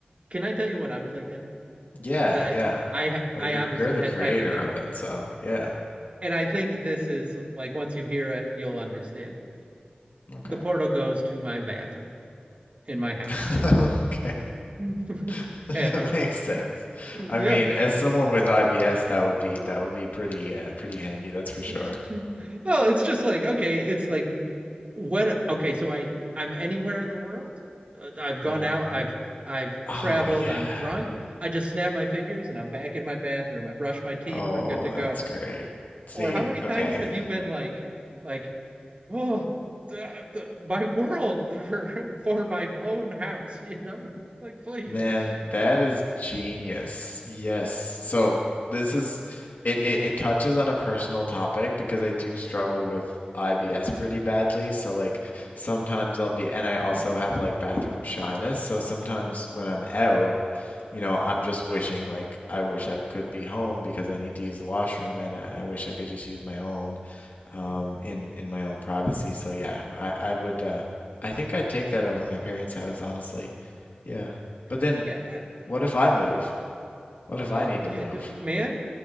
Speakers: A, on the right; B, on the left.
A: can I tell you what I'm thinking?
B: Yeah,
A: Because I
B: yeah.
A: I
B: Well,
A: I
B: you're
A: obviously
B: you're the
A: had
B: creator
A: time to think
B: of
A: about
B: it, so yeah.
A: And I think this is like once you hear it, you'll understand.
B: Okay.
A: The portal goes to my bathroom in my house.
B: <laughs> Okay.
A: <laughs>
B: <laughs>
A: Eh,
B: That makes sense. I
A: yeah.
B: mean, as someone with IBS, that would be that would be pretty uh, pretty handy, that's for sure.
A: Well, it's just like, okay, it's like when, okay, so I, I'm anywhere in the world. Uh, I've gone
B: Yeah.
A: out, I've, I've
B: Oh
A: traveled,
B: yeah.
A: I'm drunk. I just snap my fingers and I'm back in my bathroom. I brush my teeth,
B: Oh,
A: we're good to go.
B: that's great. See,
A: Or how many times
B: okay.
A: have you been like, like, well, the, the, my world <laughs> for for my own house, you know, <laughs> like please,
B: Man, that
A: that,
B: is genius. Yes. So this is it, it it touches on a personal topic because I do struggle with IBS pretty badly. So like sometimes I'll be and I also
A: <laughs>
B: have like bathroom shyness. So sometimes when I'm out, you know, I'm just wishing like I wish I could be home because I need to use the washroom and I I wish I could just use my own um
A: no,
B: in in my own privacy. So yeah, I I would uh I think I'd take that over my parents' house, honestly. Yeah.
A: yeah,
B: But then
A: yeah,
B: what if I move? What if
A: no,
B: I need to
A: yeah,
B: move?
A: man,